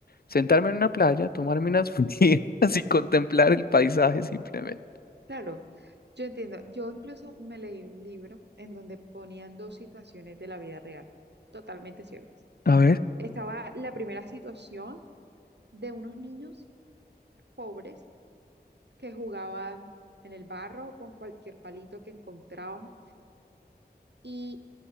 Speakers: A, on the left (about 65°); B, on the right (about 85°).
A: sentarme en una playa, tomarme unas frías <laughs> y contemplar
B: eh,
A: el paisaje simplemente.
B: Claro, yo entiendo. Yo incluso me leí un libro en donde ponían dos situaciones de la vida real, totalmente ciertas.
A: A ver.
B: Estaba la primera situación de unos niños pobres que jugaban en el barro con cualquier palito que encontraban y